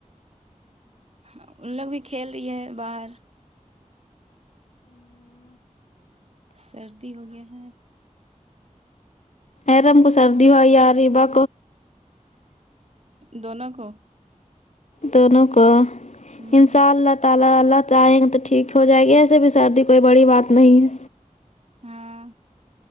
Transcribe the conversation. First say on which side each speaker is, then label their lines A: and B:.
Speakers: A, on the right (about 50°); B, on the left (about 60°).
A: ہاں ان لوگ بھی کھیل رہی ہے باہر سردی ہو گیا ہے
B: ارم کو سردی ہو اریبہ
A: دونوں کو
B: دونوں کو
A: ہوں
B: انشاء اللہ تعالی اللہ چاہئے تو ٹھیک ہو جائے گی ایسے بھی سردی کوئی بڑی بات نہیں ہے
A: ہاں